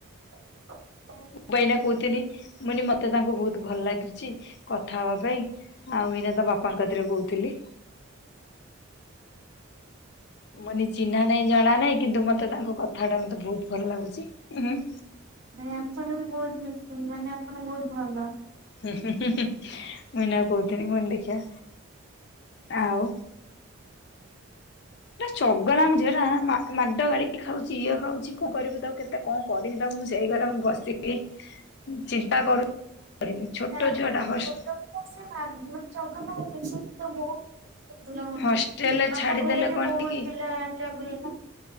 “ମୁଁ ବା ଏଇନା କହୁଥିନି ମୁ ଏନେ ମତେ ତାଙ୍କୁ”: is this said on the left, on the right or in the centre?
Left